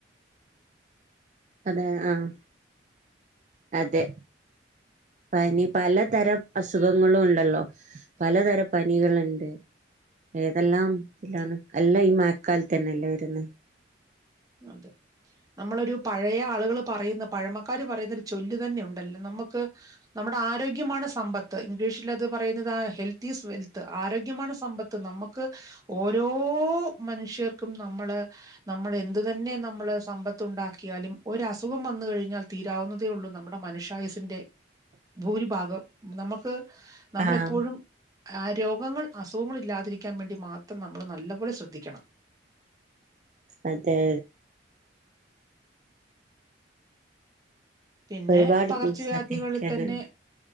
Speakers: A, on the right; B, on the right.
A: അതെ ആഹ അതെ പനി പലതരം അസുഖങ്ങളും ഉണ്ടല്ലോ പലതരം പനികളുണ്ട് ഏതെല്ലാം എല്ലാം ഈ മയക്കാലത്ത് തന്നെല്ലേ വരുന്നത്
B: അതെ നമ്മളൊരു പഴയ ആളുകള് പറയുന്ന പഴമക്കാാര് പറയുന്ന ഒരു ചൊല്ലു തന്നെ ഉണ്ടല്ലോ നമുക്ക് നമ്മുടെ ആരോഗ്യമാണ് സ- സമ്പത്ത് ഇംഗ്ലീഷിൽ അത് പറയുന്നത് ഹെൽത്ത് ഈസ് വെൽത്ത് ആരോഗ്യമാണ് സമ്പത്ത് നമ്മു- ക്ക് ഓരോ മനുഷ്യർക്കും നമ്മള് നമ്മൾ എ അത് തന്നെ നമ്മള് സമ്പത്ത് ഉണ്ടാക്കിയാലും ഒരു അസുഖം വന്നു കഴിഞ്ഞാൽ തീരാവുന്നതേ ഉള്ളൂ നമ്മുടെ മനുഷ്യായുസിന്റെ ഭൂരിഭാഗം നമ്ക്ക് നമ്മളെപ്പോഴും
A: ആഹ്
B: ആ രോഗങ്ങൾ അസുഖങ്ങൾ ഇല്ലാതിരിക്കാൻ വേണ്ടി മാത്രം നമ്മൾ നല്ല പോോലെ ശ്രദ്ധിക്കണം
A: അതെ
B: പിന്നെ
A: ഒരുപാട്
B: പകർച്ചവ്യാധികളിൽ
A: ശ്രദ്ധിക്കാനുണ്ട്
B: തന്നെ